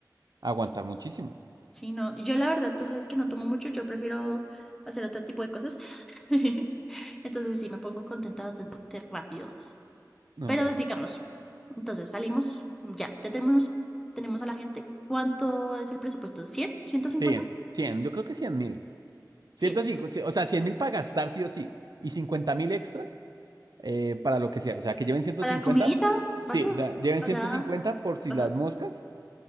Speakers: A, on the right; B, in the centre.
A: aguantar muchísimo.
B: Sí, no. Yo la verdad, tú sabes que no tomo mucho, yo prefiero hacer otro tipo de cosas. <laughs> Entonces sí, me pongo contenta bastante rápido.
A: No,
B: Pero
A: pues
B: digamos, entonces salimos, ya, ya tenemos, tenemos a la gente. ¿Cuánto es el presupuesto? cien ciento cincuenta
A: Sí, 100. yo creo que 100 mil. 150,
B: cien
A: o sea, 100 mil para gastar sí o sí. Y 50 mil extra eh, para lo que sea. O sea, que lleven ciento
B: Para
A: cincuenta.
B: la comidita, parce,
A: sí, o sea, lleven
B: allá.
A: 150 por si
B: Ajá.
A: las moscas,